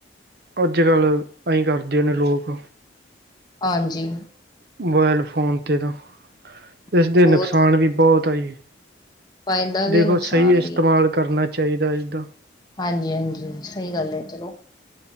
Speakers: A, on the right; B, on the left.
A: ਅੱਜ-ਕੱਲ ਅਈ ਕਰਦੇ ਨੇ ਲੋਕ
B: ਹਾਂਜੀ।
A: ਮੋਬੈਲ ਫੋਨ ਤੇ ਤਾਂ ਏਸਦੇ
B: ਬਹੁਤ
A: ਨੁਕਸਾਨ ਵੀ ਬੌਤ ਆ ਜੀ,
B: ਫਾਇਦਾ ਵੀ
A: ਦੇਖੋ
B: ਹੈ, ਨੁਕਸਾਨ
A: ਸਹੀ ਏਸਤੇਮਾਲ ਕਰਨਾ ਚਾਈਦਾ ਇਸਦਾ।
B: ਹਾਂਜੀ-ਹਾਂਜੀ ਸਈ ਗੱਲ ਐ ਚਲੋ